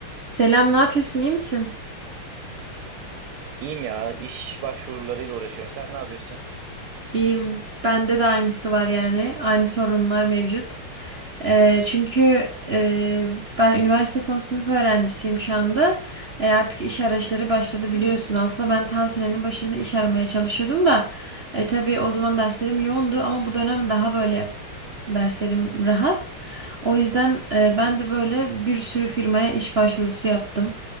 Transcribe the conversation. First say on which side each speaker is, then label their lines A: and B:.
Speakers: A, on the right; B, on the right.
A: Selam, ne yapıyorsun? İyi misin?
B: İyiyim ya. iş başvurularıyla uğraşıyorum. Sen ne yapıyorsun?
A: İyiyim. Bende de aynısı var yani. Aynı sorunlar mevcut. Ee, çünkü e, ben üniversite son sınıf öğrencisiyim şu anda. E, artık iş arayışları başladı biliyorsun. Aslında ben ta senenin başında iş aramaya çalışıyordum da. E, tabii o zaman derslerim yoğundu ama bu dönem daha böyle derslerim rahat. O yüzden e, ben de böyle bir sürü firmaya iş başvurusu yaptım.